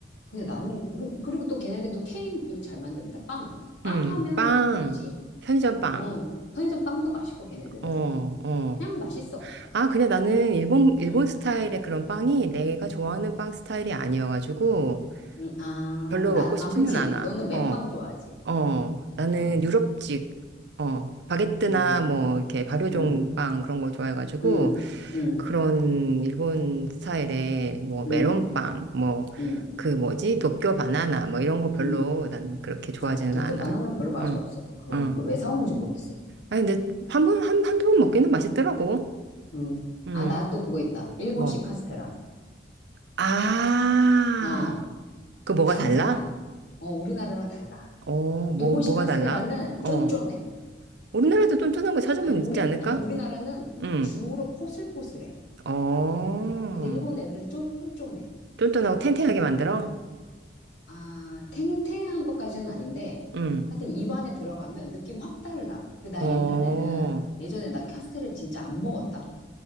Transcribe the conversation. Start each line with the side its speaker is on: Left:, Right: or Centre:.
Left: 근데 나는, 그- 그리고 또 걔네들 또 케이크도 잘 만드니까 빵. 빵
Right: 음.
Left: 하면
Right: 빵.
Left: 일본이지
Right: 편의점 빵.
Left: 어, 편의점 빵도 맛있고, 걔네들은.
Right: 어, 어.
Left: 그냥 맛있어.
Right: 아, 근데 나는 일본,
Left: 응,
Right: 일본 스타일의 그런 빵이 내가 좋아하는
Left: 응,
Right: 빵 스타일이 아니어가지고
Left: 응. 아,
Right: 별로
Left: 나,
Right: 먹고 싶지는
Left: 아, 그치.
Right: 않아.
Left: 너는 맨빵
Right: 어,
Left: 좋아하지.
Right: 어. 나는
Left: 응,
Right: 유럽식, 어, 바게트나
Left: 응,
Right: 뭐 이렇게 발효종
Left: 응,
Right: 빵 그런 걸 좋아해가지고
Left: 응, 응,
Right: 그런 일본 스타일의 뭐
Left: 응,
Right: 메론빵, 뭐
Left: 응,
Right: 그 뭐지? 도쿄 바나나 뭐 이런 거 별로
Left: 응.
Right: 난 그렇게 좋아하지는
Left: 아, 도쿄
Right: 않아.
Left: 바나나는 별로 맛이
Right: 응,
Left: 없어. 그거는.
Right: 응.
Left: 그 왜 사오는지 모르겠어.
Right: 아니, 근데 한 번, 한, 한두 번 먹기는 맛있더라고.
Left: 응.
Right: 응.
Left: 아, 나 또 그거 있다. 일본식
Right: 뭐.
Left: 카스테라.
Right: 아,
Left: 어.
Right: 그 뭐가
Left: 다르잖아.
Right: 달라?
Left: 어, 우리나라랑 달라.
Right: 어, 뭐,
Left: 일본식
Right: 뭐가
Left: 카스테라는
Right: 달라? 어.
Left: 쫀쫀해.
Right: 우리나라도 쫀쫀한 거 찾으면
Left: 아니,
Right: 있지
Left: 우리,
Right: 않을까?
Left: 아니, 우리나라는
Right: 응.
Left: 주로 포슬포슬해.
Right: 어,
Left: 근데 일본 애들은 쫀쫀해.
Right: 쫀쫀하고 탱탱하게
Left: 달라.
Right: 만들어?
Left: 아, 탱탱한 것까지는 아닌데,
Right: 응.
Left: 하여튼 입안에 들어가면 느낌 확 달라. 그 나
Right: 어, 어,
Left: 예전에는, 예전에 나 카스테라를 진짜 안 먹었다.